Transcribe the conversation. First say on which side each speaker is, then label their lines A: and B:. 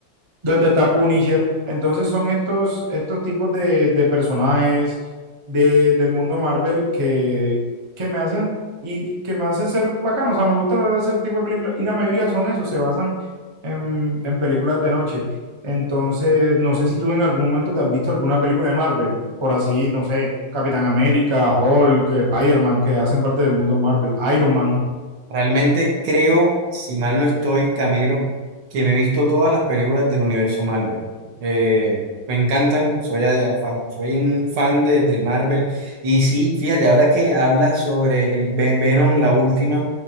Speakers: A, on the right; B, on the right.
A: donde está Punisher. Entonces son estos, estos tipos de, de personajes de, del mundo Marvel que, que me hacen y que me hacen ser bacano. O sea, me gusta ver ese tipo de películas. Y la mayoría son eso, se basan en, en películas de noche. Entonces, no sé si tú en algún momento te has visto alguna película de Marvel, por así, no sé, Capitán América, Hulk, Spider-Man, que hacen parte del mundo Marvel, Iron Man.
B: Realmente creo, si mal no estoy, Camilo, que me he visto todas las películas del universo Marvel. Eh, me encantan, soy, a- fa- soy un fan de, del Marvel. Y sí, fíjate, ahora que hablas sobre el Ve- Venom, la última,